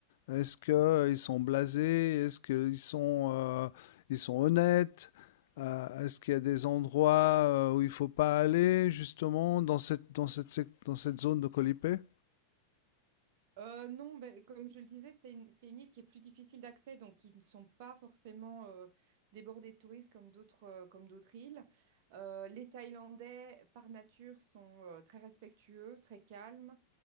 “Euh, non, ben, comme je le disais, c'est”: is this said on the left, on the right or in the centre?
Right